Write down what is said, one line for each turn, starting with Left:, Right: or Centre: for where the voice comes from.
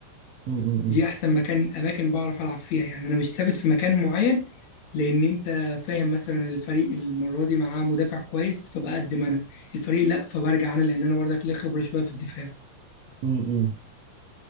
Right: مم. مم.
Left: دي احسن مكان اماكن بعرف العب فيها يعني انا مش ثابت في مكان معين لان انت فاهم مثلا الفريق المره دي معاه مدافع كويس فبقدم انا الفريق لا فبرجع انا لان انا برضك ليا خبره شويه في الدفاع
Right: مم. مم.